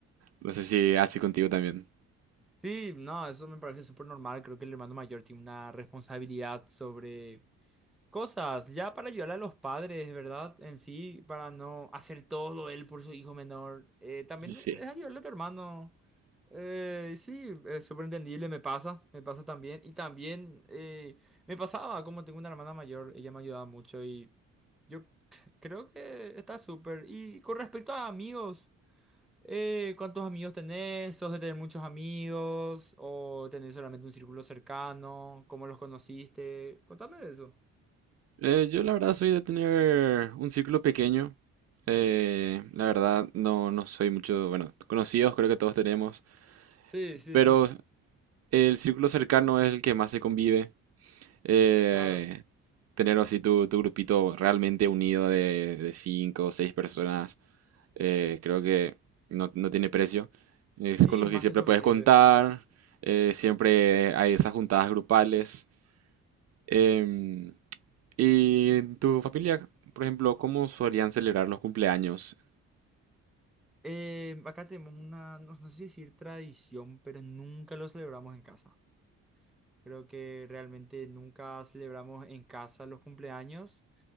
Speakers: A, on the right; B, in the centre.
A: No sé si así contigo también.
B: Sí, no, eso me parece súper normal. Creo que el hermano mayor tiene una responsabilidad sobre Cosas, ya para ayudar a los padres, ¿verdad? En sí, para no hacer todo él por su hijo menor. Eh, también
A: Sí.
B: es ayudarle a tu hermano. Eh, sí, es súper entendible, me pasa, me pasa también. Y también eh, me pasaba, como tengo una hermana mayor, ella me ayudaba mucho y yo c- creo que está súper. Y con respecto a amigos, eh, ¿cuántos amigos tenés? ¿Sos de tener muchos amigos? ¿O tenés solamente un círculo cercano? ¿Cómo los conociste? Contame de eso.
A: Eh, yo la verdad soy de tener un círculo pequeño. Eh, la verdad no, no soy mucho, bueno, conocidos creo que todos tenemos,
B: Sí, sí,
A: pero
B: sí,
A: el círculo cercano es el que más se convive. Eh,
B: claro.
A: tener así tu, tu grupito realmente unido de, de cinco o seis personas, eh, creo que no, no tiene precio. Es
B: Sí,
A: con los
B: es
A: que
B: más
A: siempre
B: que suficiente.
A: puedes contar, eh, siempre hay esas juntadas grupales. em, ¿Y en tu familia, por ejemplo, cómo solían celebrar los cumpleaños?
B: Eh, acá tenemos una, no, no sé si decir tradición, pero nunca lo celebramos en casa. Creo que realmente nunca celebramos en casa los cumpleaños